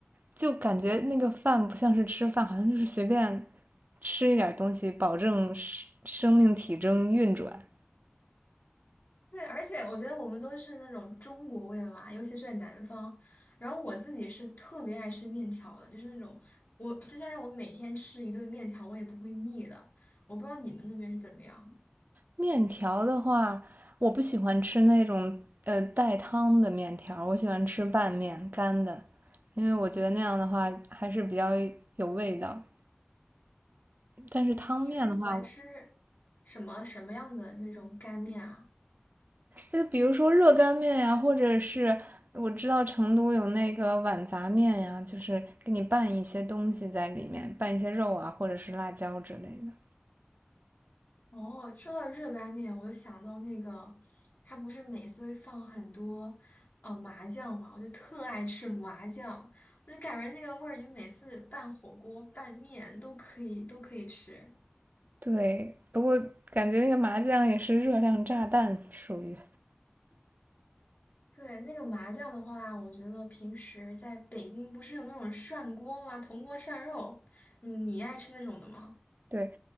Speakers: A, on the right (about 45°); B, on the left (about 50°).
A: 就感觉那个饭不像是吃饭，好像就是随便吃一点东西，保证生生命体征运转。
B: 对，而且我觉得我们都是那种中国胃吧，尤其是在南方。然后我自己是特别爱吃面条的，就是那种我就算让我每天吃一顿面条，我也不会腻的。我不知道你们那边是怎么样，
A: 面条的话，我不喜欢吃那种呃带汤的面条，我喜欢吃拌面干的，因为我觉得那样的话还是比较有味道。但是汤面的话，
B: 你平时喜欢吃什么什么样的那种干面啊？
A: 就比如说热干面呀，或者是我知道成都有那个碗杂面呀，就是给你拌一些东西在里面，拌一些肉啊，或者是辣椒之类的。
B: 哦，说到热干面，我就想到那个，他不是每次会放很多呃麻酱嘛，我就特爱吃麻酱，我就感觉那个味儿，就每次拌火锅、拌面都可以都可以吃。
A: 对，不过感觉那个麻酱也是热量炸弹，属于。
B: 对，那个麻酱的话，我觉得平时在北京不是有那种涮锅吗？铜锅涮肉，你你爱吃那种的吗？
A: 对，